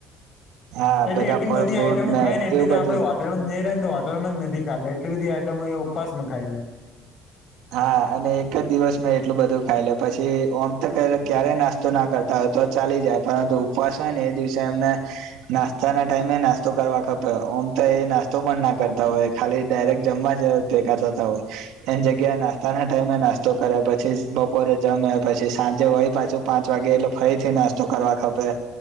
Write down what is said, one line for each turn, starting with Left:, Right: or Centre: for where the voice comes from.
Right: હા
Left: એટલે
Right: બધા
Left: એટલી
Right: ફળ
Left: બધી
Right: ફ્રૂટ
Left: આઈટમો ખાય ને એટલે
Right: એવું બધું
Left: આપડે વાર હોટલમાં જ નથી ખાધા એટલી બધી આઈટમો ઉપવાસ માં ખાયલા
Right: હા અને એક જ દિવસ મેં એટલું બધું ખાઈ લ પછી ઓમ તો ક્યારેય નાસ્તો ના કરતા હોય તો ચાલી જાય પરંતુ ઉપવાસ હોય ને એ દિવસે એમને નાસ્તા ના ટાઈમે નાસ્તો કરવા કપે ઓમ તો એ નાસ્તો પણ ના કરતા હોય ખાલી ડાયરેક્ટ જમવા જ ટેકા થતા હોય એની જગ્યા નાસ્તા ના ટાઈમે નાસ્તો કરે પછી બપોરે જમે્યા પછી સાંજે હોય પાછું પાંચ વાગે એટલે ફરી પી નાસ્તો કરવા ખપે